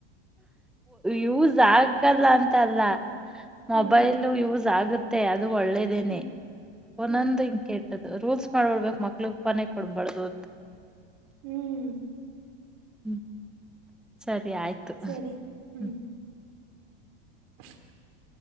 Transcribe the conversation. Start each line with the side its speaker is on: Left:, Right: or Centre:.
Centre: ಯೂಸ್ ಆಗಲ್ಲ ಅಂತಲ್ಲ ಮೊಬೈಲ್
Right: ಹ್ಮ್
Centre: ಯೂಸ್ ಆಗುತ್ತ ಮತ್ತೆ ಅದು ಒಳ್ಳೇದೇನೆ
Right: ಹ್ಮ್
Centre: ಒಂದೊಂದು
Right: ಹ್ಮ್
Centre: ಹಿ ಕೆಟ್ಟದು ರೂಲ್ಸ್ ಮಾಡ್ಬಳ್ಬೇಕು ಮಕ್ಳ ಳ ಫೋನೇ ಕೊಡ್ಬಾರ್ದು ಅಂತ
Right: ಹ್ಮ್
Centre: ಹ್ಮ ಸರಿ ಆಯ್ತು
Right: ಸರಿ
Centre: ಹ್ಮ
Right: ಹ್ಮ್ <inaudible>